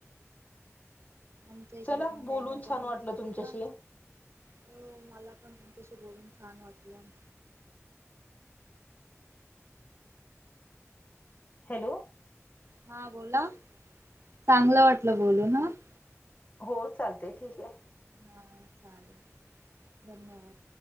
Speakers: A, on the right; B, on the left.
A: आमच्या इकडे
B: चला
A: पण टामॅटो
B: बोलून छान वाटलं तुमच्याशी
A: ह हो मला पण तशी बोलून छान वाटलं!
B: हॅलो
A: हा बोला चांगलं वाटलं बोलू ना -
B: हो चालते ठीक आहे.
A: हा चालेल धन्यवाद.